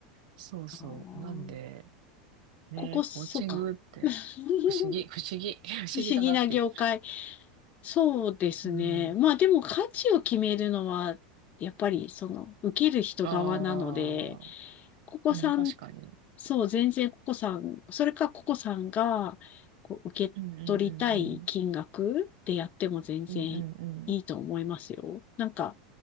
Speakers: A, on the right (about 70°); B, on the left (about 40°).
A: そうそう。
B: あー
A: なんで、ね、
B: ここ、そうか。
A: コーチングって、
B: <laughs>
A: 不思議、不思議、<laughs> 不思議だなっていう。
B: 不思議な業界。そうですね。
A: うん。
B: まあでも価値を決めるのは、やっぱりその、受ける人側なので、
A: ああ、
B: ここさん、
A: うん、確かに。
B: そう、全然ここさん、それかここさんが、こう、受け取りたい金額でやっても全然いいと思いますよ。
A: うんうんうんうん。うんうんうん。
B: なんか、